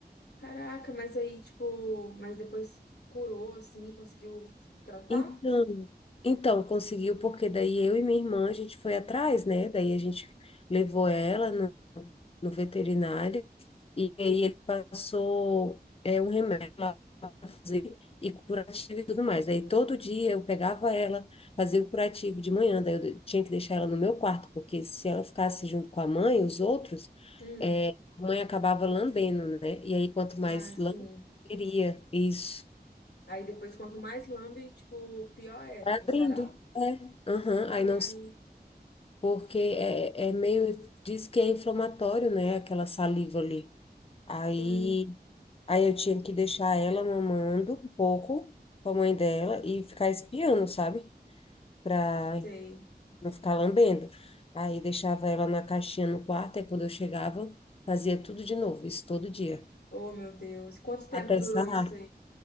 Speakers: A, on the left (about 80°); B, on the left (about 35°).
A: Caraca, mas aí, tipo, mas depois curou, assim, conseguiu tratar?
B: Então, então conseguiu, porque daí eu e minha irmã, a gente foi atrás, né? Daí a gente levou ela no, no veterinário e aí ele passou é, um remédio lá pra fazer e curativo e tudo mais. Aí todo dia eu pegava ela, fazia o curativo de manhã, daí eu de- tinha que deixar ela no meu quarto, porque se ela ficasse junto com a mãe, os outros,
A: Hum.
B: é, a mãe acabava lambendo, né? E aí quanto
A: Ah,
B: mais
A: sim.
B: lambe, queria isso.
A: Aí depois, quanto mais lambe, tipo, pior é
B: Vai
A: pra
B: abrindo.
A: sarar?
B: É. Aham.
A: Ai,
B: Aí não sei, porque é, é meio, diz que é inflamatório, né? Aquela saliva ali. Aí,
A: sim,
B: aí eu tinha que deixar ela mamando um pouco com a mãe dela e ficar espiando, sabe? Pra
A: sei.
B: não ficar lambendo. Aí deixava ela na caixinha no quarto, aí quando eu chegava, fazia tudo de novo, isso todo dia.
A: Oh, meu Deus. E Quanto tempo
B: Até
A: durou
B: sarar.
A: isso aí?